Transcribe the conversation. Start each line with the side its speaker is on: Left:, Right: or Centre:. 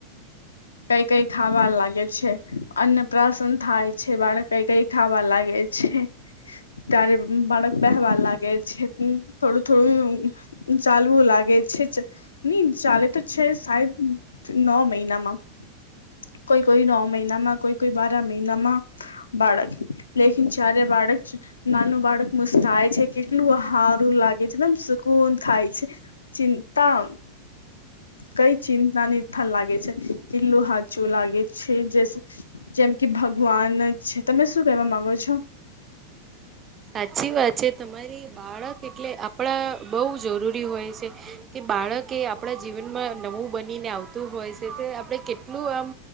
Left: કઈ કઈ ખાવા લાગે છે અન્ન પ્રસન થાય છે બાળક કઈ કઈ ખાવા લાગે છે ત્યારે બાળક પહેવાર લાગે છે થોડું થોડું ચાલવું લાગે છે જ નઈ ચાલે તો છે સાહેદ નવ મહિનામાં કોઈ કોઈ નવ મહિનામાં કોઈ કોઈ બારા મહિનામાં બાળક લેકિન ચારે બાળક નાનું બાળક મુસ્કાય છે કે કેટલું સારું લાગે છે એકદમ સુકૂન થાય છે ચિંતા કઈ ચિંતા નિર્થાન લાગે છે કિલ્લું હાચું લાગે છે જે જેમ કે ભગવાન છે તમે શું કેવા માંગો છો
Right: સાચી વાત છે તમારી બાળક એટલે આપણા બહુ જરૂરી હોય છે કે બાળક એ આપણા જીવનમાં નવું બનીને આવતું હોય છે તે આપણે કેટલું આમ